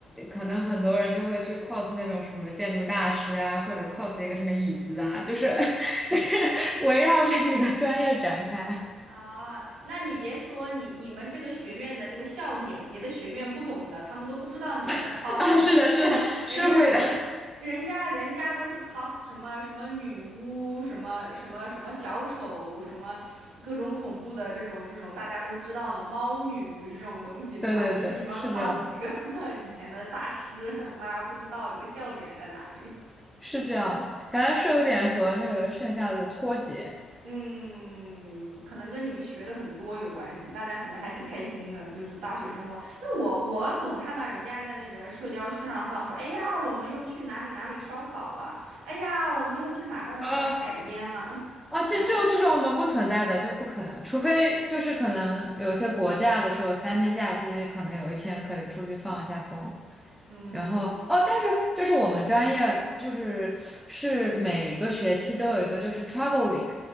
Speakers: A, in the centre; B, on the right.
A: 可能很多人就会去 cos 那种什么建筑大师啊，或者 cos 一个什么椅子啊，就是 <laughs> 就是围绕着你的专业展开
B: 啊，那你别说，你你们这个学院的这个笑点，别的学院不懂的，他们都不知道你们在
A: <laughs>
B: cos
A: 啊，
B: 什么。
A: 是的，是的，
B: 人家，
A: 是会的，
B: 人家，人家都是 cos 什么什么女巫，什么什么什么小丑，什么各种恐怖的这种这种大家都知道的猫女这种东西，
A: 对对对，
B: 对吗？你你们
A: 是这样的，
B: cos 一个 <laughs> 以前的大师，大家不知道这个笑点在哪里。
A: 是这样的，
B: 哦。
A: 感觉是有点和那个剩下的脱节。
B: 嗯，可能跟你们学的很多有关系，大家可能还挺开心的，就是大学生活。因为我我总看到人家在那个社交圈上放说，哎呀，我们又去哪里哪里烧烤了，哎呀，我们又去哪个哪个海边了，
A: 啊。啊，
B: 就那样。
A: 这这种这种我们不存在的就不可能，除非就是可能有些国家的时候，三天假期可能有一天可以出去放一下风。
B: 嗯
A: 然后哦，但是就是我们专业就是是每一个学期都有一个就是 travel week，